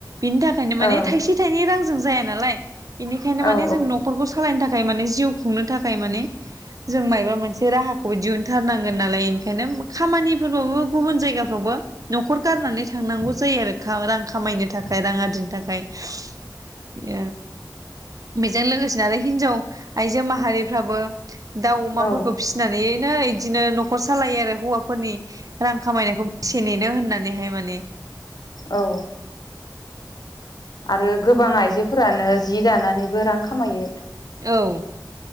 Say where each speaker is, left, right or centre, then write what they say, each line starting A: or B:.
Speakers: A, on the right; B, on the left.
A: बिनि थाखायनो
B: औ
A: माने थायसे थाइनै रां जों जाया नालाय। बेनिखायनो माने
B: औ
A: जों नखरखौ सालायनो थाख खाय माने जिउ खुंनो थाखाय माने जों मायबा मोनसे राहा खौ दिहुनथारनांगोन नालाय ओंखायनो खामानिफोरबो गुबुन जायगाफ्रावबो न'खर गारनानै थांनांगौ जायो आरो <unintelligible> रां खामायनो थाखाय रां आरजिनो थाखाय। <unintelligible> बेजों लोगोसेनो आरो हिनजाव आइजो माहारिफ्राबो दाउ अमाफोरखौ
B: औ
A: फिसिनानै <unintelligible> इदिनो न'खर सालायो आरो हौवाफोरनि रां खामायनायखौ बेसे नेनो होन <unintelligible> हाय माने
B: औ आरो गोबां आइजोफोरानो जि दानानैबो रां खामायो।
A: औ